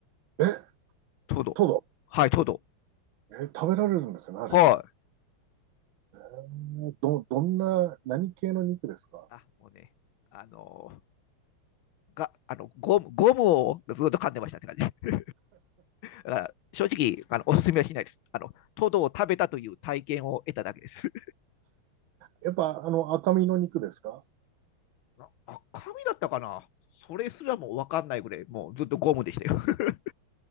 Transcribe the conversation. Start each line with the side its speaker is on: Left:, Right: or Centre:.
Right: え、
Left: トド。
Right: トド。
Left: はい、トド。
Right: え、食べられるんですね、あれ。
Left: はい。
Right: えーど、どんな、何系の肉ですか
Left: あ、もうね、あのー、が、あの、ゴム、ゴムをずっと噛んでましたって感じ。だから正直、あの、おすすめはしないです。あの、トドを食べたという体験を得ただけです。
Right: やっぱ、あの、赤身の肉ですか
Left: な赤身だったかなそれすらも分かんないぐらい、もうずっとゴムでしたよ。<laughs>